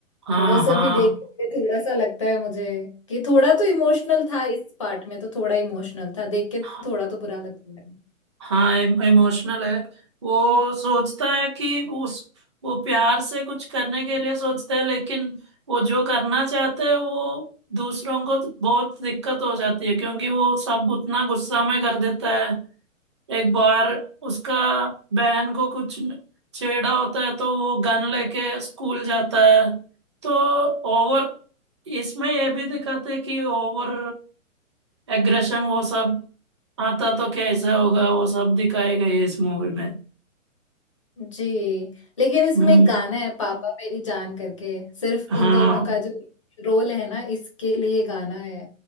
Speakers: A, on the right; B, on the left.
A: हाँ
B: वो सब भी देख के थोड़ा सा लगता है मुझे कि थोड़ा तो इमोशनल था इस पार्ट में तो थोड़ा इमोशनल था देख के
A: हाँ
B: थोड़ा तो बुरा लगता है
A: हाँ इमोशनल है वो सोचता है कि उस वो प्यार से कुछ करने के लिए सोचते हैं लेकिन वो जो करना चाहते हैं वो दूसरों को तो बहुत दिक्कत हो जाती है क्योंकि वो सब उतना गुस्सा में कर देता है एक बार उसका बहन को कुछ छेड़ा होता है तो वो गन लेके स्कूल जाता है तो ओवर इसमें ये भी दिखाते हैं कि ओवर एग्रेशन वो सब आता तो कैसे होगा वो सब दिखाए गए हैं इस मूवी में
B: जी लेकिन इसमें
A: हम्म
B: एक गाना है पापा मेरी जान करके सिर्फ
A: हाँ
B: इन दोनों का जो रोल है ना इसके लिए गाना है